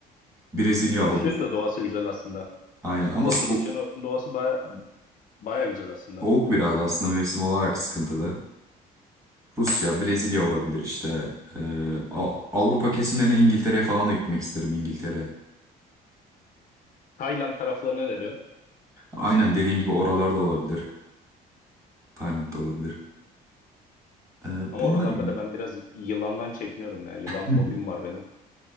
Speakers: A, on the right; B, on the left.
A: Brezilya
B: Rusya'nın
A: olur.
B: da doğası güzel aslında.
A: Aynen ama
B: Batı
A: soğuk.
B: Rusya'nın doğası baya, baya güzel aslında.
A: Soğuk biraz aslında mevsim olarak sıkıntılı. Rusya, Brezilya olabilir işte. Ee, A- Avrupa kesimlerine İngiltere falan da gitmek isterim İngiltere.
B: Tayland taraflarına ne diyorsun?
A: Aynen dediğin gibi oralarda olabilir. Tayland'da olabilir. Ee,
B: Ama
A: bunlar
B: oralarda
A: gibi.
B: da ben biraz yılandan çekiniyorum ya. Yılan
A: <laughs>
B: fobim var benim.